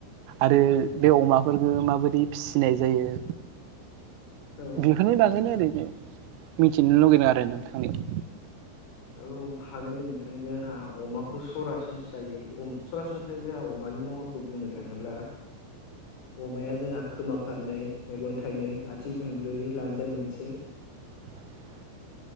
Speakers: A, on the right; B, on the left.
A: आरो बे अमाफोरफोरखौ माबायदि फिसिनाय जायो।
B: औ
A: बेफोरनि बागैनो ओरैनो मिथिनो लुगैदों आरो नोंथांनियाव
B: औ हागोन दे नोंथां जोंहा अमाखौ सरासनस जायो सरासनस नाथाय जोंहा अमानि महरखौ बुंनो थाङोब्ला।
A: <inaudible>
B: अमाया जोंहा खोमा फारनै मेगन थाइनै आथिं थोंब्रैयै लानजाय मोनसे
A: <inaudible>